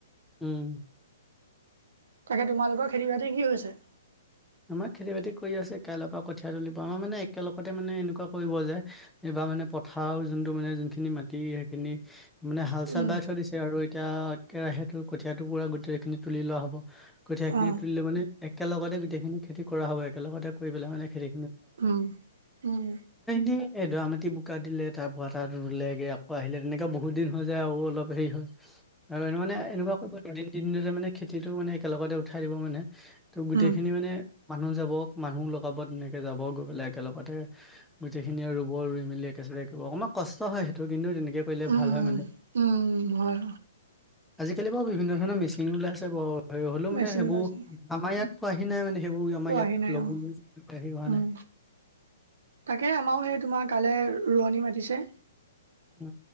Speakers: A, in the centre; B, on the right (about 75°).
A: উম।
B: তাকে তোমালোকৰ খেতি বাতি কি হৈছে?
A: আমাৰ খেতি বাতি কৰি আছে কাইলৰ পৰা কঠীয় তুলিব আমাৰ মানে একেলগতে মানে এনেকুৱা কৰিব যে এই বাৰ মানে পথাৰ যোনটো মানে যোনখিনি মাটি সেইখিনি মানে হাল চাল
B: উম
A: বাই থৈ দিছে আৰু এতিয়া একেৰাহেটো কঠীয়টো পুৰা গোটেইেখিনি তুলি লোৱা হ'ব। কঠীয়খিনি
B: অ
A: তুলিলে মানে একেলগতে গোটেইখিনি খেতি কৰা হ'ব একেলগতে কৰি পেলাই মানে খেতি
B: উম উম
A: <inaudible> এ দৰা মাটি বোকা দিলে তাৰ পৰা তাত ৰুলেগে আকৌ আহিলে তেনেকে বহুত দিন হৈ যায় আৰু অলপ হেৰি হয়। আৰু এ মানে এনেকুৱা কৰিব দুদিন তিদিনতে মানে খেতিটো মানে একেলগতে উঠাই দিব মানে। ত' গোটেইখিনি
B: উম
A: মানে মানুহ যাব মানুহ লগাব তেনেকে যাব গৈ পেলাই একেলগতে গোটেইখিনি আৰু ৰুব ৰুই মেলি অকমান কষ্ট হয় সেইটো কিন্তু তেনেকে কৰিলে
B: উম উম
A: ভাল হয় মানে।
B: উম হয়
A: আজিকালি বাৰু বিভিন্ন ধৰণৰ মেচিন ওলাই আছে বাৰু হ'লেও মানে
B: মেচিন
A: সেইবোৰ
B: ওলাইছে
A: আমাৰ ইয়াত পোৱাহি নাই মানে। সেইবোৰ আমাৰ
B: অ
A: ইয়াত
B: আহি নাই
A: লগ
B: অ
A: হেৰি হোৱা
B: উম
A: নাই।
B: তাকে আমাৰও সেই তোমাৰ কাইলে ৰোৱনী মাতিছে।
A: অ